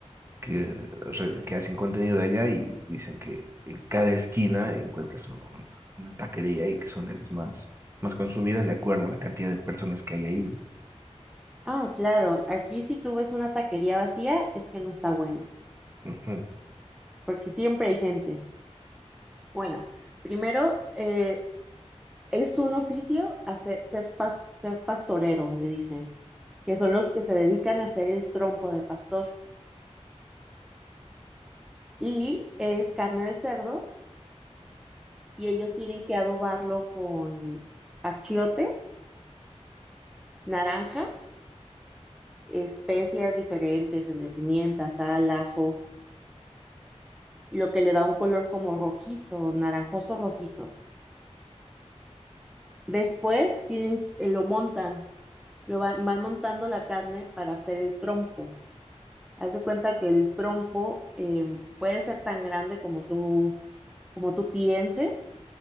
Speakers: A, on the right; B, in the centre.
A: que, re- que hacen contenido de allá y dicen que en cada esquina encuentras un- una taquería y que son de las más, más consumidas de acuerdo a la cantidad de personas que hay ahí, ¿no?
B: Ah, claro, aquí si tú ves una taquería vacía es que no está bueno,
A: Ujú,
B: porque siempre hay gente. Bueno, primero, eh, es un oficio hacer, ser, pas- ser pastorero, le dicen, que son los que se dedican a hacer el trompo de pastor. Y es carne de cerdo y ellos tienen que adobarlo con achiote, naranja, especias diferentes, entre pimienta, sal, ajo lo que le da un color como rojizo, naranjoso rojizo. Después tienen, eh, lo montan, lo van, van montando la carne para hacer el trompo. Haz de cuenta que el trompo eh, puede ser tan grande como tú, como tú pienses.